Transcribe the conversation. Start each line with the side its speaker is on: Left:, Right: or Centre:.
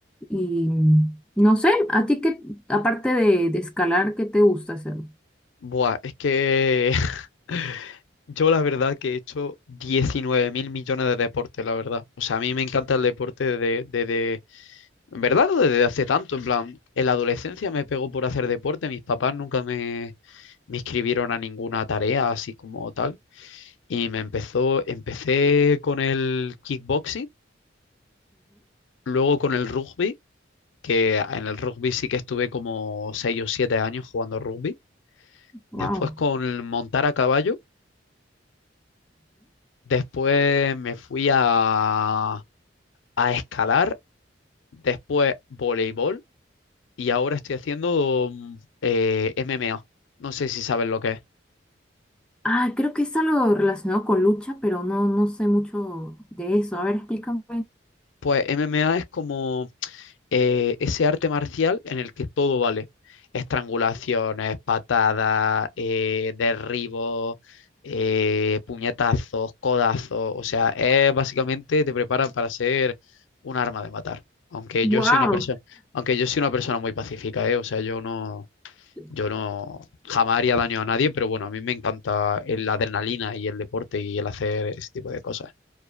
Centre: Y no sé, ¿a ti qué, aparte de, de escalar, qué te gusta hacer?
Left: Buah, es que <laughs> yo la verdad que he hecho 19 mil millones de deportes, la verdad. O sea, a mí me encanta el deporte desde, En verdad, no desde hace tanto, en plan, en la adolescencia me pegó por hacer deporte, mis papás nunca me, me inscribieron a ninguna tarea así como tal, y me empezó, empecé con el kickboxing, luego con el rugby, que en el rugby sí que estuve como 6 o 7 años jugando rugby,
Centre: Wow.
Left: después con el montar a caballo, después me fui a, a escalar, después voleibol, y ahora estoy haciendo mm, eh, MMA. No sé si sabes lo que es.
Centre: Ah, creo que es algo relacionado con lucha, pero no, no sé mucho de eso. A ver, explícame.
Left: Pues MMA es como eh, ese arte marcial en el que todo vale. Estrangulaciones, patadas, eh, derribos, eh, puñetazos, codazos. O sea, es básicamente te prepara para ser un arma de matar. Aunque
Centre: Wow.
Left: yo soy una persona, aunque yo soy una persona muy pacífica, ¿eh? O sea, yo no,
Centre: <laughs>
Left: yo no jamás haría daño a nadie, pero bueno, a mí me encanta el- la adrenalina y el deporte y el hacer ese tipo de cosas.